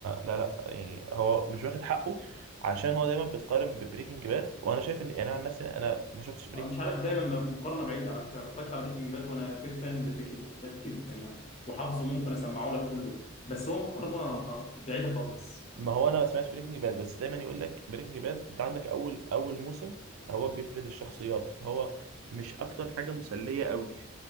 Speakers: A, on the right; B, on the left.
A: لا لا يعني هو مش واخد حقه عشان هو دايما بيتقارن ببريكنج باد وانا شايف ان يعني انا عن نفسي انا ما شفتش بريكنج
B: أنا مش عارف دايما م- مقارنه بعيده على فكره انا اتفرجت على بريكنج باد وانا بيج فان لبريكنج باد جدا يعني وحافظه ممكن اسمعه لك كله بس هو مقارنه بعيده خالص
A: ما هو انا ما سمعتش بريكنج باد بس دايما يقول لك بريكنج باد انت عندك اول اول موسم هو بيفرد الشخصيات فهو مش اكتر حاجه مسليه قوي